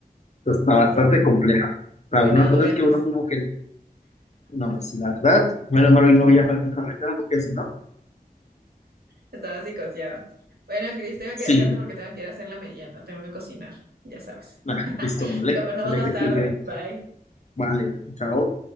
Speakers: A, on the left (about 45°); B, on the right (about 80°).
A: está bastante compleja. O sea,
B: Hoy
A: una
B: no
A: cosa
B: duermes.
A: es que uno como que, no, pues, si la verdad, menos mal hoy no viajo en carretera porque si no,
B: Estaba psicoseado. Bueno, Cris, tengo
A: sí,
B: que dejarte porque tengo que ir a hacer la merienda, tengo que cocinar, ya sabes.
A: nah, listo, vale,
B: Conversamos
A: vale
B: más
A: que estoy
B: tarde.
A: bien,
B: Bye.
A: vale, chao.